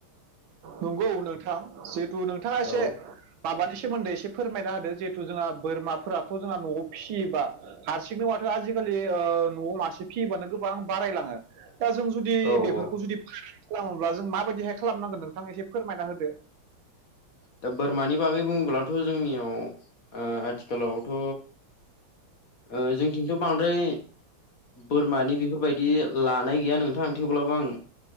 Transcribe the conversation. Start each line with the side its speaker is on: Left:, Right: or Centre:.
Right: नंगौ नों थां जिहेथु नोंथाङा एसे
Left: औ
Right: माबानि सोमोन्दै एसे फोरमायना होदो जिहेथु जोंहा बोरमाफोराथ' जोंहा न'आव फिसियोबा हारसिंनो माथो आजिखालि ओ न'आवनो मासे फियोबानो गोबां बारायलाङो दा जों जुदि
Left: औ
Right: बेफोरखौ
Left: औ
Right: जुदि खालामोब्ला जों माबायदिहाय खालामनांगोन नोंथां एसे फोरमायना होदो।
Left: दा बोरमानि बागै बुङोब्लाथ' जोंनियाव ओ आथिखालावथ' ओ जोंथिंथ' बांद्राय बोरमानि बेफोरबायदि लानाय गैया नोंथां। थेवब्लाबो आं